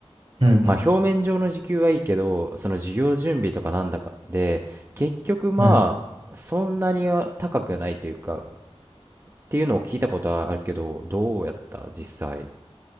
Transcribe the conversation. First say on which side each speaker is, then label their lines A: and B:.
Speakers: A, on the right; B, on the right.
A: うん。
B: まあ表面上の時給はいいけど、その授業準備とかなんだかで、結局まあ、
A: うん
B: そんなには高くないというか、っていうのを聞いたことはあるけど、どうやった実際。